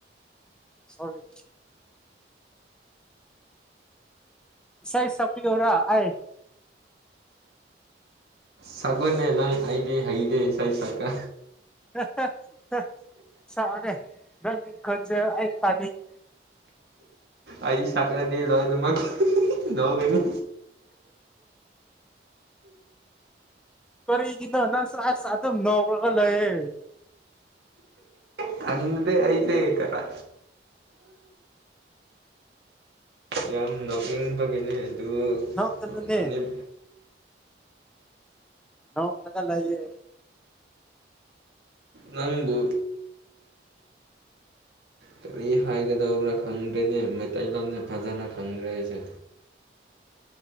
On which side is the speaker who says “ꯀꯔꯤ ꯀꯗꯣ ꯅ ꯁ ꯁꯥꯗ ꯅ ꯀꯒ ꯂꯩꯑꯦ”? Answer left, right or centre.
Centre